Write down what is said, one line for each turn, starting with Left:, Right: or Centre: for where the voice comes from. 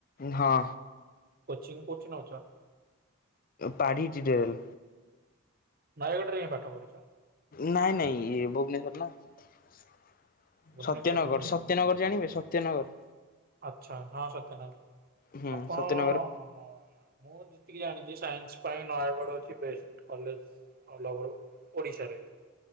Left: ହଁ।
Right: କୋଚିଂ କୋଉଠି ନୋଉଚ?
Left: ବାଡ଼ି ଜିଡେଲ୍।
Right: ନୟାଗଡ଼ ରେ ହିଁ ପାଠ ପଢୁଚ?
Left: ନାଇଁ ନାଇଁ ଇଏ ଭୁବନେଶ୍ଵର ନା ସତ୍ୟନଗର
Right: ଭୁବନେଶ୍ୱରରେ ହିଁ ରହୁଛ?
Left: ସ ସତ୍ୟନଗର ଜାଣିବେ ସତ୍ୟନଗର?
Right: ଆଚ୍ଛା ହଁ ସତ୍ୟନଗର
Left: ହୁଁ
Right: ଆପଣ
Left: ସତ୍ୟନଗର
Right: ମୁଁ ଯେତିକି ଜାଣିଚି ସାଇନ୍ସ ପାଇଁ ନୟାଗଡ଼ ଅଛି ବେଷ୍ଟ କଲେଜ। <unintelligible> ଓଡିଶାରେ।